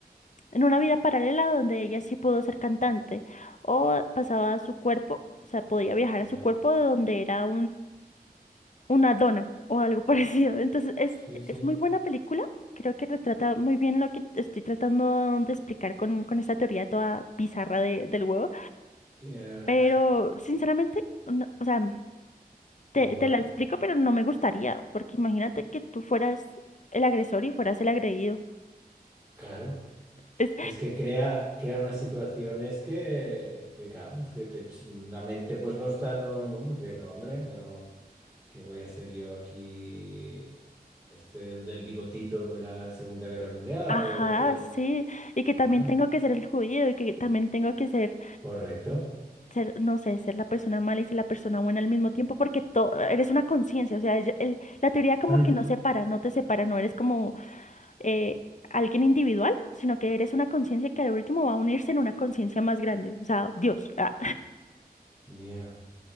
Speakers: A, on the left; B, on the right.
A: En una vida paralela donde ella sí pudo ser cantante o pasaba su cuerpo, o sea, podía viajar
B: Ya.
A: a su cuerpo de donde era una dona o algo <laughs> parecido. Entonces, es,
B: Sí, sí.
A: es muy buena película. Creo que retrata muy bien lo que estoy tratando de explicar con, con esta teoría toda bizarra de- del huevo.
B: Eh,
A: Pero, sinceramente, no- o sea,
B: <laughs>
A: te,
B: igual,
A: te la explico, pero no me gustaría. Porque imagínate que tú fueras el agresor y fueras el agredido.
B: claro.
A: Es,
B: Es que crea, crea unas situaciones que, que claro, es que te ch- la mente pues no está, no, vamos, de no, hombre, no, ¿qué voy a hacer yo aquí? Este, el del bigotito de la Segunda Guerra Mundial
A: ajá,
B: o todo.
A: sí. Y que también
B: Ah,
A: tengo que ser el judío y que también tengo que ser
B: correcto.
A: ser, no sé, ser la persona mala y ser la persona buena al mismo tiempo, porque to- eres una conciencia, o sea, ella- el- la teoría como
B: Hmm.
A: que no separa, no te separa, no eres como eh, alguien individual, sino que eres una conciencia que al último va a unirse en una conciencia más grande, o sea, Dios, ah,
B: Ya.